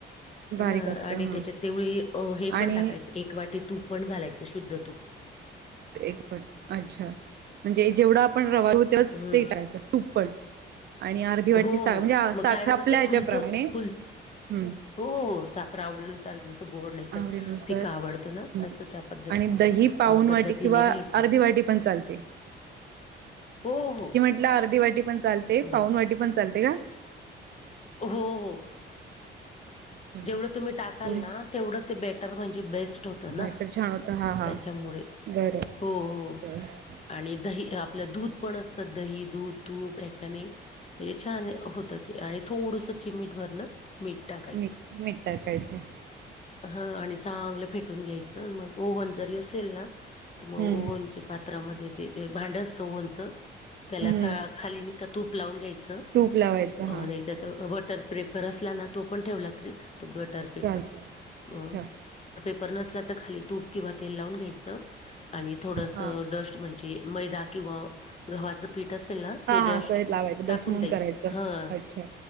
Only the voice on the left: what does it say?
ह
आणि
तेच्यात तेवळी हे
पण टाकायचं एक वाटी तूप. पण घालायचं शुद्ध तूप.
हम्म
हो
हो..
मग
कारण
मग ते
फुलतो. फुल
हो हो.. साखर आवडीनुसार. जसं गोड नाही तर
फिका
आवडतं ना तसं त्या पद्धत
अ पद्धतीने
घ्यायचं.
हो हो.
दे
हो. हो.
जेवडं तुम्ही टाकाल
ना तेवडं ते बेटर म्हणजे बेस्ट होतं
ना
त्याच्यामुळे
हो हो.
आणि दही आपल्या दूध पण असत दही, दूध, तूप हयाच्याने ये छान होतं ते आणि थोडूंस चिमीट भर ना मीठ. टाकायचं.
ह आणि चांगलं फेटून घ्यायचं. मग ओव्हन जरी असेल ना. त मग
ओवनच्या पात्रामध्ये ते. ते भांड असतं ओवनचं त्याला
खा खाली नाही का तूप लावून घ्यायचं
अ नाही तर
अ अ वटर प्रेपर असला ना तो पण ठेवला तरी चालतो बटर पेपर.
अ,
पेपर नसला तर खाली तूप किंवा तेल लावून घ्यायचं आणि थोडसं
डस्ट म्हणजे मैदा किंवा. गव्हाचं पीठ असेल ना
ते,
डस्ट
टाकून द्यायच.
हं...